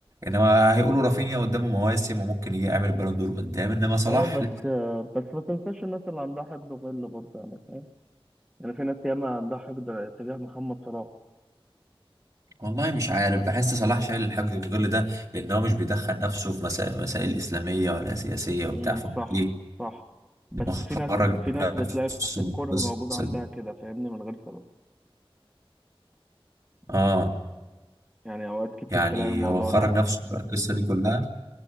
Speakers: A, on the right (about 30°); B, in the centre.
A: انما هيقولوا رافينيا قدامه مواسم وممكن يجي يعمل بالون دور قدام انما صلاح
B: اه بس
A: لأ.
B: بس ما تنساش الناس اللي عندها حقد وغل برضه يعني فاهم يعني في ناس ياما عندها حقد تجاه محمد صلاح
A: والله مش عارف بحس صلاح شايل الحاجة غير ده لان هو مش بيدخل نفسه في مسا- مسائل اسلامية ولا سياسية وبتاع
B: امم
A: فايه
B: صح صح بس
A: مخرج
B: في ناس في
A: نفسه
B: ناس بتلاقي الكره
A: من القصة
B: موجودة عندها
A: دي
B: كده فاهمني من غير سبب
A: اه
B: يعني أوقات كتير
A: يعني
B: تلاقي الموضوع
A: هو خرج
B: ده
A: نفسه من القصة دي كلها